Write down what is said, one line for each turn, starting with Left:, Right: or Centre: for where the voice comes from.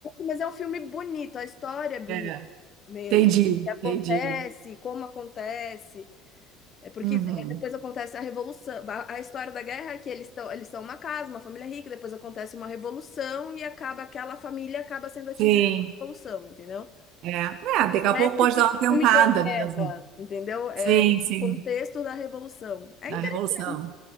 Left: mas é um filme bonito, a história é bonita
Right: É,
Left: mesmo.
Right: entendi,
Left: O que acontece,
Right: entendi.
Left: como acontece. É porque
Right: Uhum.
Left: é, depois acontece a revolução. A, a história da guerra é que eles estão, eles são uma casa, uma família rica, depois acontece uma revolução e acaba aquela família acaba sendo atingida
Right: Sim,
Left: pela revolução, entendeu?
Right: é. É, daqui a
Left: Não
Right: pouco
Left: é tipo
Right: pode dar
Left: um
Right: uma tentada
Left: filme de guerra,
Right: mesmo.
Left: entendeu? É
Right: Sim, sim,
Left: contexto da revolução. É
Right: da
Left: interessante.
Right: revolução.